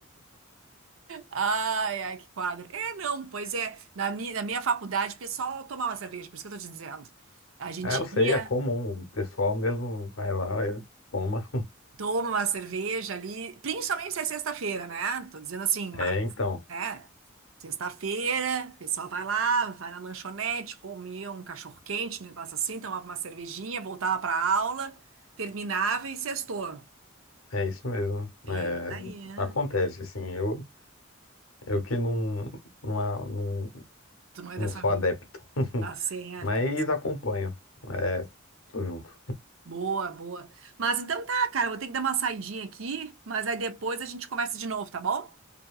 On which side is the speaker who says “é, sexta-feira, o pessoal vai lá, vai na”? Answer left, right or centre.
Right